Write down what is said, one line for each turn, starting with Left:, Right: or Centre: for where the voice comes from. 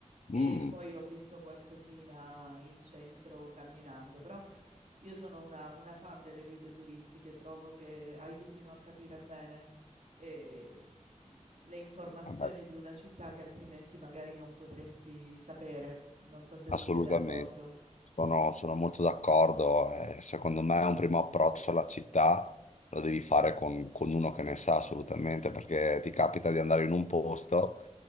Right: e
Left: mm.
Right: poi ho visto qualcosina in centro camminando, però io sono una, una fan delle guide turistiche, trovo che aiutino a capire bene eh, le informazioni
Left: Vabbè.
Right: di una città che altrimenti magari non potresti sapere. Non so se
Left: Assolutamente,
Right: tu sei d'accordo.
Left: sono, sono molto d'accordo. eh, secondo me un primo approccio alla città lo devi fare con, con uno che ne sa assolutamente, perché ti capita di andare in un posto